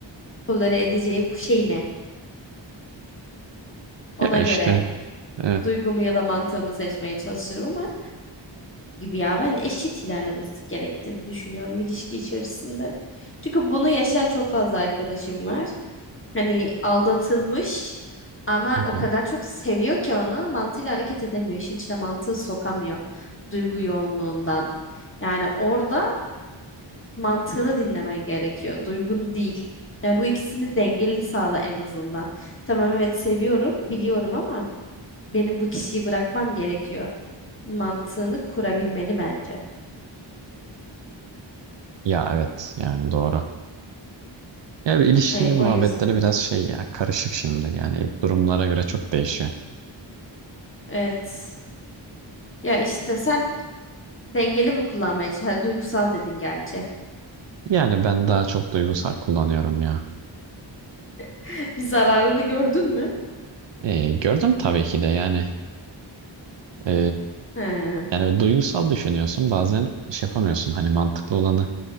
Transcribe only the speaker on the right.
Ya
işte evet.
Hı
hı.
Ya evet yani doğru. Ya bir ilişki
muhabbetleri
biraz şey ya karışık şimdi yani durumlara göre çok değişiyor.
Yani ben daha çok duygusal kullanıyorum ya.
E, gördüm tabii ki de yani. e,
Yani evet, duygusal düşünüyorsun bazen şey yapamıyorsun hani mantıklı olanı